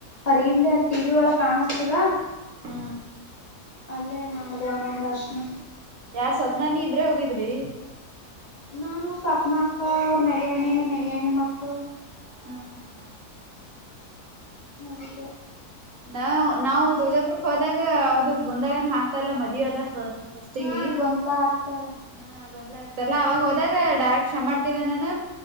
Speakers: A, on the left; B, on the right.
A: ಪರಿಗಿಂದೆ ಅಲ್ಲಿ ಟಿವ ವಿ ಒಳ ಕಾಣಿಸ್ತದ
B: ಹಾ
A: ಅಲ್ಲೇ ಮಾಡ್ದೇವ ನೊಂದ ದರ್ಶನ
B: ಯಾರ್ ಸ್ವಪ್ನ ನೀ ಇಬ್ರೆ ಹೋಗಿದ್ರಿ
A: ನಾನು ಸ್ವಪ್ನ ಅಕ್ಕ ಅವರು ನಗೇಣಿ ನಗೇಣಿ ಮಕ್ಕಳು
B: ಹಾ ಹಾ
A: ಹೋಗಿದ್ವಿ
B: ನಾವ ನಾವು ತುರ್ಜಾಪುರ್ಕ್ ಹೋದಾಗ ಅವದು ಗೋಂದಾಳನ್ ಹಾಕ್ತಾರಲ್ಲ ಮದುವಿಯದಾಗ ದಷ್ಟೆಗೆ
A: ಹಾ ಗೊಂತ್ಲ ಹಾಕ್ತಾರ
B: ಹಾ ಆಗೊಂಡ್ ಆಗ್ತಾರಲ್ಲ ಅವಾಗ ಹೋದಾಗ ಡೈರೆಕ್ಟ್ ಶಮ ಮಾಡ್ತೀವಿನ